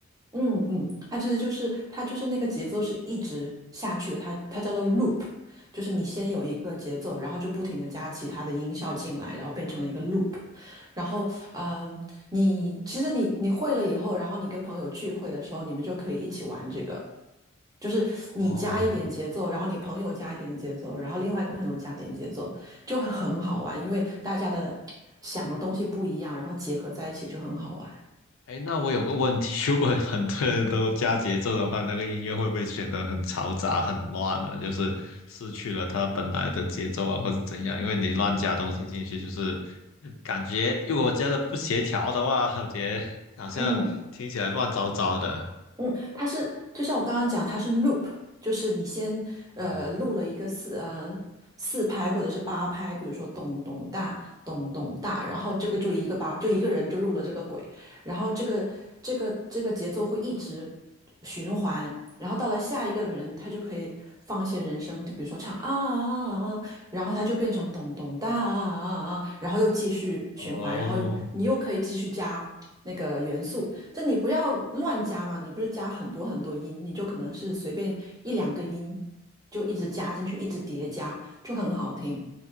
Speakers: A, on the right (about 15°); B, on the left (about 75°).
A: 嗯嗯，它其实就是它就是那个节奏是一直下去的，它它叫做 loop，就是你先有一个节奏，然后就不停的加其他的音效进来，然后变成了一个 loop。然后，嗯，你其实你你会了以后，然后你跟朋友聚会的时候，你们就可以一起玩这个，就是你加一点节奏，
B: 哦，
A: 然后你朋友加一点节奏，然后另外一个朋友加点节奏，就会很好玩，因为大家的想的东西不一样，然后结合在一起就很好玩。
B: 哎，那我有个问题，<laughs> 如果很多人都加节奏的话，那个音乐会不会显得很嘈杂、很乱呢？就是失去了它本来的节奏啊，或者怎样？因为你乱加东西进去，就是感觉如果我加的不协调的话，感觉好像听起来乱糟糟的。
A: 嗯。嗯，它是就像我刚刚讲，它是 loop，就是你先呃录了一个四呃四拍或者是八拍，
B: 嗯，
A: 比如说咚咚大咚咚大，然后这个就一个八，就一个人就录了这个轨，然后这个这个这个节奏会一直循环，然后到了下一个人，他就可以放一些人声，就比如说唱啊啊啊，啊然后他就变成咚咚哒啊啊啊，啊然后又继续循环，
B: 哦，
A: 然后你又可以继续加那个元素。就你不要乱加嘛，你不是加很多很多音，你就可能是随便一两个音，就一直加进去，一直叠加，就很好听。